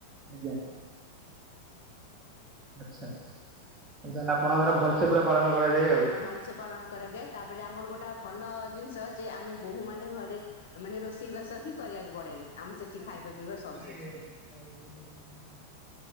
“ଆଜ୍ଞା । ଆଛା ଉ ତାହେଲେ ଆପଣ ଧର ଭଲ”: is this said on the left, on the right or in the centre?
Right